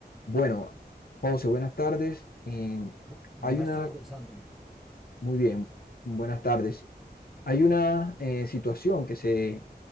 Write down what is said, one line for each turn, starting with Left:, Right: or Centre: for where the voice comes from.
Left: Bueno, José, buenas tardes. Em,
Centre: Bu- Buenas
Left: hay una,
Centre: tardes, André.
Left: muy bien, buenas tardes. Hay una eh, situación que se